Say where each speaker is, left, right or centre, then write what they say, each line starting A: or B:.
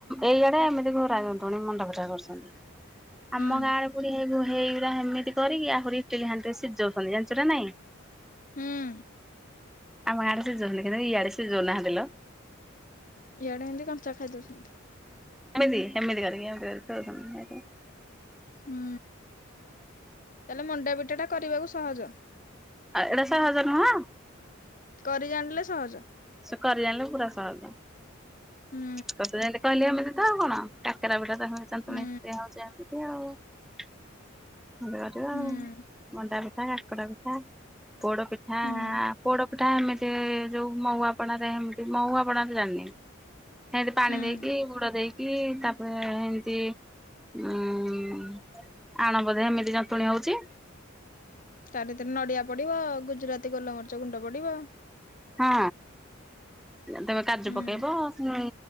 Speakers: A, in the centre; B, on the left.
A: ଏଇଆଡେ ଏମିତି ଘର ଯନ୍ତୁଣି ମୁଣ୍ଡା ପିଠା କରୁଛନ୍ତି। ଆମ
B: ହୁଁ
A: ଗାଁଆଡେ ପୁରି ହେଇଗୁରା ଏମିତି କରିକି ଆ ଇଟିଲି ହାଣ୍ଡିରେ ସିଝଉଛନ୍ତି ଜାଣିଛ ନା ନାଇଁ।
B: ହୁଁ
A: ଆମ ଆଡେ ସିଯୋଉ ଥିଲେ କି ନାଇଁ ଇଆଡେ ସିଯୋଉ ନାହାଁନ୍ତି ଲୋ।
B: ଇଆଡେ ହେମିତି କଞ୍ଚା ଖାଇ ଦୋଉଚନ୍ତି।
A: ହେମିତି ହେମିତି କରିକି ଏମିତି କରିକି ତ ଆଉ <unintelligible>
B: ହୁଁ ତାହଲେ ମଣ୍ଡା ପିଠାଟା କରିବାକୁ ସହଜ।
A: ଆଉ ଏଇଟା ସହଜ ନୁହଁ।
B: କରି ଜାଣିଲେ ସହଜ।
A: ସେ କରି ଜାଣିଲ ପୁରା ସହଜ।
B: ହୁଁ
A: ତତେ ଯେମିତି କହିଲିି ଏବେ ଯୋ ଏମିତି ତ ଆଉ କଣ କାକେରା ପିଠାଟ ସେମିତି
B: ହୁଁ
A: <unintelligible> ଦିଆହୋଉଚି ଏମିତି ଆଉ। ଏମିତି କରିବ
B: ହୁଁ
A: ଆଉ ମଣ୍ଡା ପିଠା କାକରା ପିଠା ପୋଡ ପିଠାଁ
B: ହୁଁ
A: ପୋଡ ପିଠା ଏମିତି ଯୋଉ ମୋହୁଆପଣାରେ ହେମିତି ମୋହୁ ଆପଣାରେ ଜାଣିନି। ହେମତି ପାଣି
B: ହୁଁ
A: ଦେଇକି ଗୁଡ ଦେଇକି ତାପରେ ଏମତି ହୁଁ ଆଣ ବୋଧେ ଏମିତି ଯନ୍ତୁଣୀ ହୋଉଚି
B: ତାହେଲେ ଏଥେରେ ନଡିଆ ପଡିବ। ଗୁଜୁରାତି ଗୋଲମରିଚ ଗୁଣ୍ଡ ପଡିବ।
A: ହଁ। ତମେ କାଜୁ
B: ହୁଁ
A: ପକେଇବ ଉ